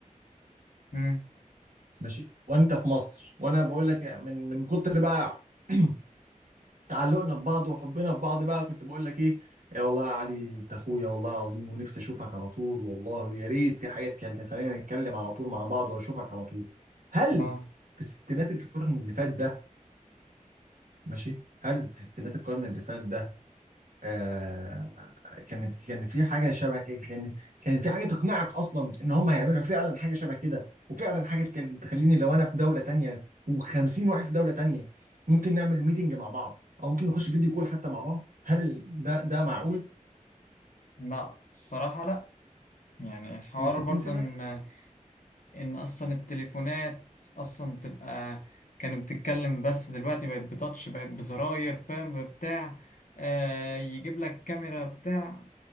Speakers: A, on the left; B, on the right.
A: مم.
B: ماشي وانت في مصر وانا بقول لك من من كتر بقى <clears throat> تعلقنا ببعض وحبنا في بعض بقى كنت بقول لك ايه يا والله يا علي انت اخويا والله العظيم ونفسي اشوفك على طول والله ويا ريت في حاجه تكلم خلينا نتكلم على طول مع بعض واشوفك على طول هل
A: آه
B: في الستينات القرن اللي فات ده ماشي هل في ستينات القرن اللي فات ده آه كانت كان في حاجه شبه كده كان كان في حاجه تقنعك اصلا ان هم هيعملوا فعلا حاجه شبه كده وفعلا حاجه تكل- تخليني لو انا في دوله تانية و50 واحد في دوله تانية ممكن نعمل ميتنج مع بعض او ممكن نخش فيديو كول حتى مع بعض هل ده ده معقول
A: لا الصراحة لا يعني حوار
B: من 60
A: برضه إن
B: سنه لا
A: ان اصلا التليفونات اصلا تبقى كانت بتتكلم بس دلوقتي بقت بتاتش بقت بزراير فاهم بتاع آه يجيب لك كاميرا بتاع